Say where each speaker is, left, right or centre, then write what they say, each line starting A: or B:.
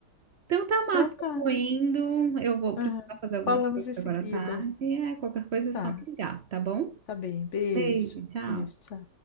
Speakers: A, on the right; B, on the left.
A: Então tá, Marta,
B: Então tá.
A: eu vou indo. Eu vou
B: Aham.
A: precisar fazer algumas
B: Falamos
A: coisas
B: em seguida.
A: agora à tarde. É, qualquer coisa
B: Tá,
A: é só me ligar, tá bom?
B: tá bem. Beijo.
A: Beijo, tchau.
B: Beijo, tchau.